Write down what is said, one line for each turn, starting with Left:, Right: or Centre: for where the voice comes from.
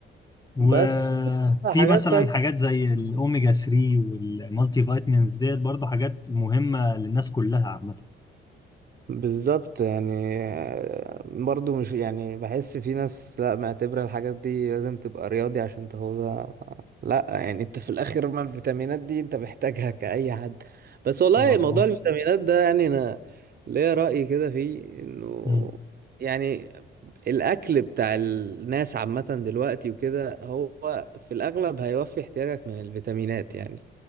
Left: وفي
Right: بس حاجات
Left: مثلا
Right: تانية
Left: حاجات زي الاوميجا 3 والمالتي فيتامينز ديت برضو حاجات مهمه للناس كلها عامه
Right: بالظبط يعني آه، برضو مش يعني بحس في ناس لا معتبرة الحاجات دي لازم تبقى رياضي عشان تاخدها لا يعني انت في الاخر ما الفيتامينات دي انت محتاجها كأي حد بس والله
Left: مظبوط
Right: موضوع الفيتامينات ده يعني انا ليا رأي كده فيه انه
Left: امم
Right: يعني الاكل بتاع الناس عامة دلوقتي وكده هو في الاغلب هيوفي احتياجك من الفيتامينات يعني